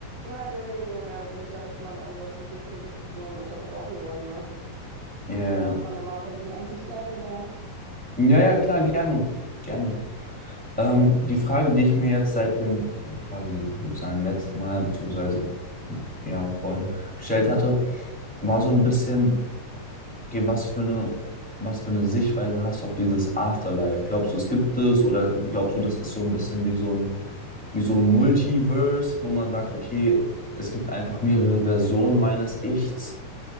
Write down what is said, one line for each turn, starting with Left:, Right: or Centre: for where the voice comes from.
Right: Hi Lenedo, wir sind ja letztes Mal bei unserer philosophischen Diskussion unterbrochen worden, ne?
Centre: Ja,
Right: Wollen wir da einfach nochmal versuchen anzusteigen, oder?
Centre: ja, ja, klar, gerne, gerne. Ähm, die Frage, die ich mir jetzt seit dem quasi sozusagen letzten Mal, beziehungsweise ja, vorhin gestellt hatte, war so ein bisschen, okay, was für eine, was für eine Sichtweise hast du auf dieses Afterlife? Glaubst du, es gibt es oder glaubst du, das ist so ein bisschen wie so ein, wie so ein Multiverse, wo man sagt, okay, es gibt einfach mehrere Versionen meines Ichs?